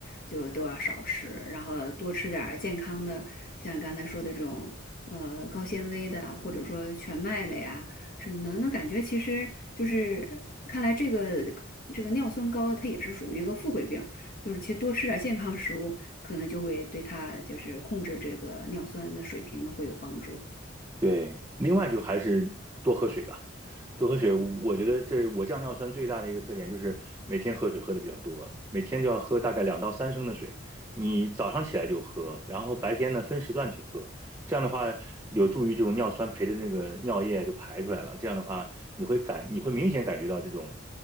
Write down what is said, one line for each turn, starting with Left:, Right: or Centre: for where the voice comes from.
Left: 就都要少吃。然后多吃点儿健康的，像刚才说的这种，呃，高纤维的啊或者说全麦的呀什么的。那感觉其实就是，看来这个这个尿酸高，它也是属于一个富贵病。就是其实多吃点健康食物，可能就会对他就是控制这个尿酸的水平呢会有帮助。
Right: 对，另外就还是多喝水吧，多喝水。我我觉得这我降尿酸最大的一个特点就是每天喝水喝的比较多，每天就要喝大概两到三升的水。你早上起来就喝，然后白天呢分时段去喝，这样的话有助于这种尿酸陪着那个尿液就排出来了。这样的话，你会感你会明显感觉到这种，